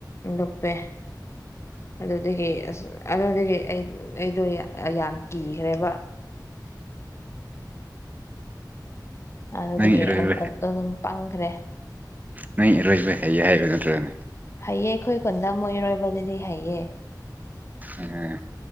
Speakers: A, on the left; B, on the right.
A: ꯂꯄꯦ ꯑꯗꯨꯗꯒꯤ ꯑꯁ ꯑꯗꯨꯗꯒꯤ ꯑꯩ ꯑꯩꯗꯣ ꯌꯥꯝ ꯀꯤꯈ꯭ꯔꯦꯕ ꯑꯗꯨꯗꯒꯤ
B: ꯅꯪ ꯏꯔꯣꯏꯕ
A: ꯑꯗꯨꯝ ꯄꯪꯈ꯭ꯔꯦ
B: ꯅꯪ ꯏꯔꯣꯏꯕ ꯍꯩꯌꯦ ꯍꯥꯏꯕ ꯅꯠꯇ꯭ꯔꯒꯅꯦ
A: ꯍꯩꯌꯦ ꯑꯩꯈꯣꯏ ꯈꯨꯟꯗ ꯃꯣꯏ ꯏꯔꯣꯏꯕꯗꯨꯗꯤ ꯍꯩꯌꯦ
B: ꯎꯝ